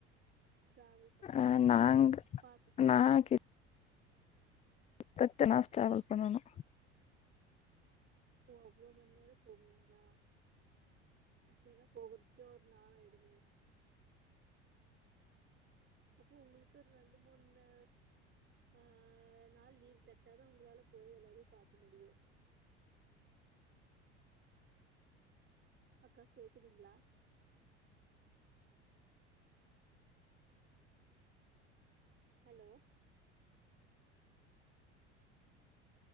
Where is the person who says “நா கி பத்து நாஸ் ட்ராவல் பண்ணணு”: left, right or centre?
Left